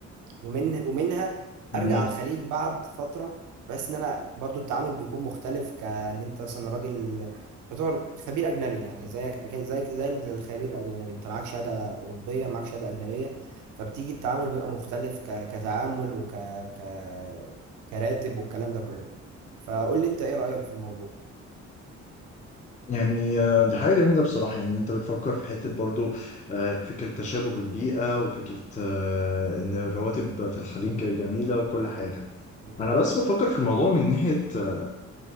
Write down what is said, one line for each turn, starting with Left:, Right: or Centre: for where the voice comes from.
Right: ومن ومنها
Left: جميل
Right: ارجع على الخليج بعد فتره بس ان انا برضو التعامل بيكون مختلف كان انت مثلا راجل تعتبر خبير اجنبي يعني زيك أكن- زيك زيك زي الخبير الاجنبي انت معاك شهاده اوروبيه معاك شهاده اجنبيه فبتيجي التعامل بيبقى مختلف ك... كتعامل وك ك... كراتب والكلام ده كله فقول لي انت ايه رايك في الموضوع
Left: يعني آه، دي حاجة جميلة بصراحة يعني انت بتفكر في حتة برضو آه، فكرة تشابه البيئة وفكرة آه، ان الرواتب في الخليج جميلة وكل حاجة
Right: بالظبط
Left: انا بس بفكر في الموضوع من ناحية آه،